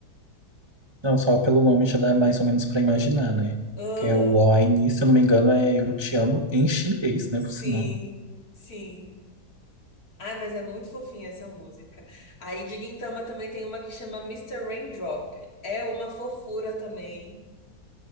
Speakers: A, on the right (about 25°); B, on the left (about 60°).
A: Não, só pelo nome já dá mais ou menos pra imaginar, né?
B: Aham,
A: Que é o Wine, se eu não me engano, é Eu Te Amo em chinês, né?
B: Sim,
A: Por sinal.
B: sim. Ai, mas é muito fofinha essa música. Aí de Gintama também tem uma que chama Mister Raindrop. É uma fofura também.